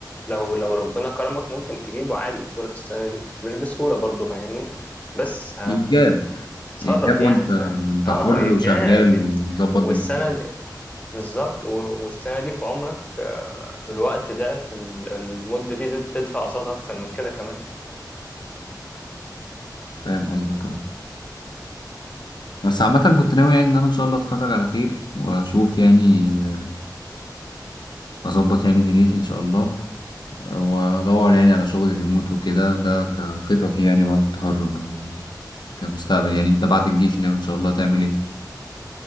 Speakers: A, on the left; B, on the left.
A: لو لو ربنا كرمك ممكن تجيبه عادي بسهوله في السنه دي مش بسهوله برضه فاهمني بس
B: يتجاب
A: تتصرف
B: يتجاب وانت
A: يعني ف...
B: وانت
A: اه
B: حر
A: ايجابي
B: وشغال ومظبط
A: والسنه
B: دنيتك
A: دي بالظبط و- والسنه دي في عمرك آه، في الوقت ده في ال- المده دي تت- تدفع قصادها اكتر من كده كمان
B: فاهم قصدك اه بس عامة كنت ناوي يعني ان انا ان شاء الله اتخرج على خير واشوف يعني آه، اظبط يعني دنيتي ان شاء الله آه، وادور يعني على شغل ريموت وكده ده كخططي يعني بعد التخرج او كمستقبل
A: مم.
B: يعني انت بعد الجيش ناوي ان شاء الله تعمل ايه